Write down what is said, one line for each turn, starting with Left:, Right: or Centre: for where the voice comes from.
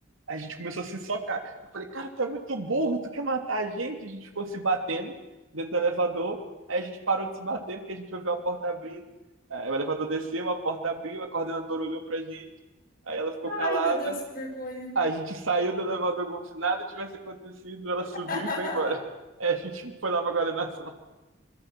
Right: A gente começou a se socar. Eu falei, cara, tu é muito burro, tu quer matar a gente? A gente ficou se batendo dentro do elevador. Aí a gente parou de se bater porque a gente ouviu a porta abrindo. Aí o elevador desceu, a porta abriu, a coordenadora olhou pra gente. Aí ela ficou
Left: Ai,
Right: calada.
Left: meu Deus, que vergonha.
Right: A gente saiu do elevador como se nada tivesse acontecido. Ela
Left: <laughs>
Right: subiu e foi embora. Aí a gente foi lá pra coordenação.